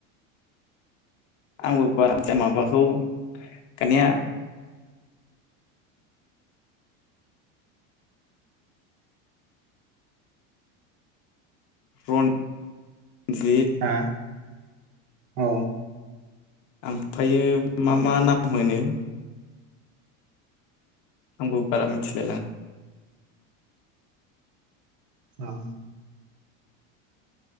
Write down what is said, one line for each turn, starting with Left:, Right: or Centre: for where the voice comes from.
Left: आंबो बाराद्राय माबाखौ दानिया रन जित
Right: हा औ।
Left: ओमफायो मा मा नाम होनो? आंबो बारा मिथिलायला
Right: औ ‌।